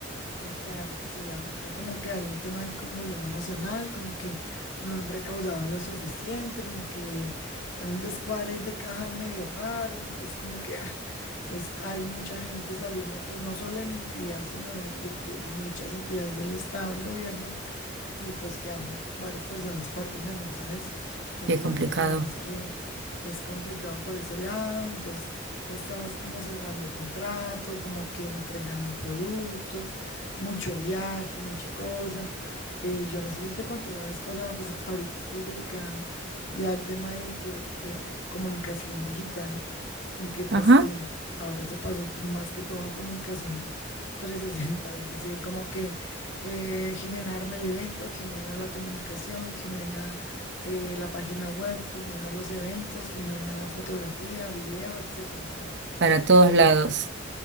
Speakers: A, on the left; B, on the right.
A: Exacto, sí, ahorita como que hay un tema ahí con gobierno nacional, como que no han recaudado lo suficiente, como que hay un descuadre ahí de caja y medio raro, entonces como que, ah, entonces hay mucha gente saliendo, pues no solo de mi entidad, sino de, de- de muchas entidades del Estado, del gobierno, y pues quedamos varias personas patinando, ¿sabes? Entonces
B: Qué complicado.
A: digamos que es complicado por ese lado, entonces estaba así como cerrando contrato, como que entregando productos, mucho viaje, mucha cosa. Eh, yo no sé si te conté la vez pasada, pues ahorita estoy dedicada ya al tema de, de- de comunicación digital, aunque pues
B: Ajá.
A: el- ahora se pasó más que todo a comunicación trescientos sesenta es decir, como que eh, Jimena arma el evento, Jimena la comunicación, Jimena eh, la página web, Jimena los eventos, Jimena fotografía, video, etcétera, ¿sabes?
B: Para todos lados.